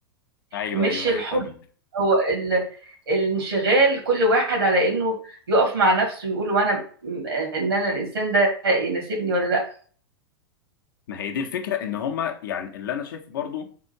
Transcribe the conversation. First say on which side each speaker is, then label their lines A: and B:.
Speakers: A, on the left; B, on the right.
A: ايوه
B: مش
A: ايوه
B: الحُب
A: ايوه فاهم
B: هو ال الانشغال كل واحد على إنه يُقف مع نَفْسه ويقول هو أنا م إن أنا الإنسان ده يناسبني والّا لأ،
A: ما هي دي الفكره ان هما يعني اللي انا شايفه برضو